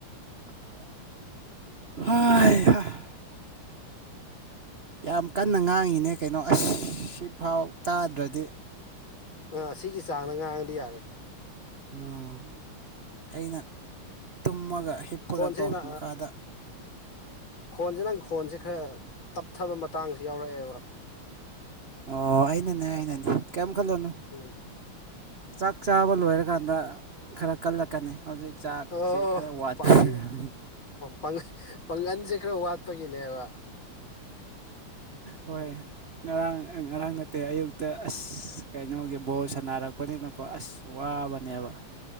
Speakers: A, on the right (about 60°); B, on the left (about 65°).
A: ꯍ ꯌꯥꯝ ꯀꯟꯅ ꯉꯥꯡꯉꯤꯅꯦ ꯀꯩꯅꯣ ꯑꯁꯤ ꯁꯤꯐꯥꯎ ꯇꯥꯗ꯭ꯔꯗꯤ
B: ꯑꯥ ꯁꯤꯒꯤ ꯆꯥꯡꯗ ꯉꯥꯡꯗꯤ ꯌꯥꯔꯦ
A: ꯎꯝ ꯑꯩꯅ ꯇꯨꯝ ꯑꯃꯒ ꯍꯤꯞꯄꯒ
B: ꯈꯣꯟꯁꯦ
A: ꯀꯣ
B: ꯅ
A: ꯃꯈꯥꯗ
B: ꯈꯣꯟꯁꯦ ꯅꯪ ꯈꯣꯟꯁꯦ ꯈꯔ ꯇꯞꯊꯕ ꯃꯇꯥꯡꯁꯨ ꯌꯥꯎꯔꯛꯑꯦꯕ
A: ꯑꯣ ꯑꯩꯅꯅꯦ ꯑꯩꯅꯅꯦ ꯀꯌꯥꯝꯝ ꯈꯜꯂꯅꯨ
B: ꯎꯝ
A: ꯆꯥꯛ ꯆꯥꯕ ꯂꯣꯏꯔꯒ ꯆ ꯀꯥꯟꯗ ꯈꯔ ꯀꯜꯂꯛꯀꯅꯤ ꯍꯧꯖꯤꯛ ꯆꯥꯛꯁꯦ
B: ꯑ
A: ꯈꯔ ꯋꯥꯠꯄ
B: ꯐꯟ
A: ꯑꯣꯏꯔꯝꯅꯤ
B: ꯑ ꯄꯜ ꯄꯥꯡꯒꯜꯟꯁꯦ ꯈꯔ ꯋꯥꯠꯄꯒꯤꯅꯦꯕ
A: ꯍꯣꯏ ꯉꯔꯥꯡ ꯉꯔꯥꯡ ꯅꯠꯇꯦ ꯑꯌꯨꯛꯇ ꯑꯁ ꯀꯩꯅꯣꯒꯤ ꯕꯣꯜ ꯁꯥꯟꯅꯔꯛꯄꯅꯤꯅꯀꯣ ꯑꯁ ꯋꯥꯕꯅꯦꯕ